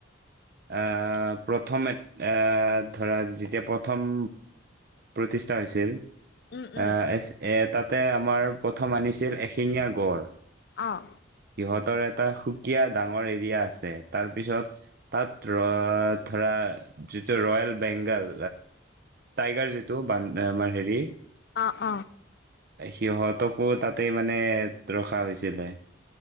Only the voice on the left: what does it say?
উম উম
অঁ
অ অ